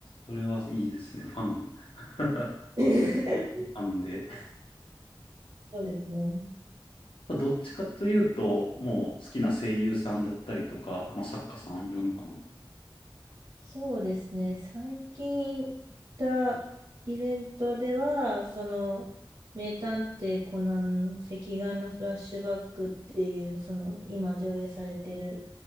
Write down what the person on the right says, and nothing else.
<laughs>
そうですね。
そうですね。最近行ったイベントでは、その、名探偵コナンの赤眼のフラッシュバックっていう、その、今上映されてる